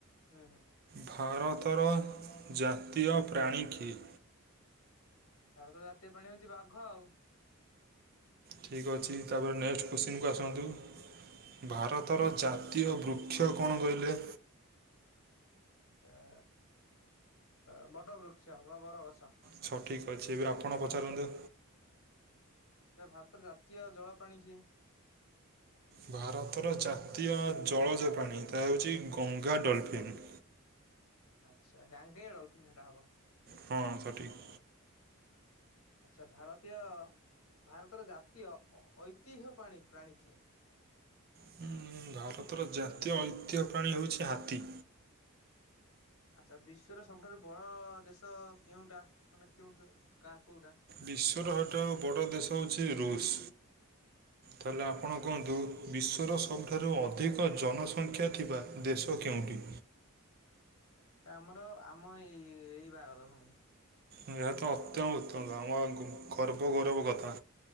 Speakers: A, on the left (about 70°); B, on the right (about 45°).
A: ହୁଁ ହୁଁ।
B: ଭାରତର ଜାତୀୟ ପ୍ରାଣୀ କିଏ?
A: ଭାରତର ଜାତୀୟ ପ୍ରାଣୀ ହଉଛି ବାଘ ଆଉ।
B: ଠିକ୍ ଅଛି, ତାପରେ ନେକ୍ସଟ କୋଶ୍ଚିନକୁ ଆସନ୍ତୁ। ଭାରତର ଜାତୀୟ ବୃକ୍ଷ କଣ କହିଲେ?
A: ଏ- ଆ-ବଡ଼ ବୃକ୍ଷ ବା ବର ଗଛ।
B: ଆଚ୍ଛା ଠିକ ଅଛି। ଏବେ ଆପଣ ପଚାରନ୍ତୁ।
A: ଭାରତର ଜାତୀୟ ଜଳ ପ୍ରାଣୀ କିଏ?
B: ଭାରତର ଜାତୀୟ ଜଳଜ ପ୍ରାଣୀ, ତାହା ହେଉଛି କଙ୍ଗା ଡଲଫିନ୍। <inaudible>
A: ଆଚ୍ଛା ଗାଣ୍ଡିଆଳ <unintelligible> ହବ।
B: ହଁ ସେ ଠିକ
A: ଆଚ୍ଛା। ଭାରତୀୟ ଭାରତର ଜାତୀୟ ଐ-ଐତିହ୍ୟ ପାଣି ପ୍ରାଣୀ କିଏ?
B: ହୁଁ, ଭାରତର ଜାତୀୟ ଐତିହ୍ୟ ପ୍ରାଣୀ ହଉଛି ହାତୀ।
A: ଆଚ୍ଛା। ବିଶ୍ଵର ସବୁଠାରୁ ବଡ ଦେଶ କେଉଁଟା? ମାନେ କେଉଠି କା କୋଉଟା?
B: ବିଶ୍ୱର ହଟ ଆଉ ବଡ଼ ଦେଶ ହେଉଛି ରୁଷ। ତାହେଲେ ଆପଣ
A: ଆଚ୍ଛା
B: କୁହନ୍ତୁ,
A: ଆଚ୍ଛା।
B: ବିଶ୍ଵର ସବୁ ଠାରୁ ଅଧିକ ଜନସଂଖ୍ୟା ଥିବା ଦେଶ କେଉଁଠି?
A: ଆମର ଆମ ଏଇ-ଇ-ଇ-ଏଇ ଭାରତ ଭୂମୀ।
B: ଏହା ତ ଅତ୍ୟନ୍ତ ଉତ୍ତମ ଆମ ଗ-ଗର୍ବ ଗୌରବ କଥା।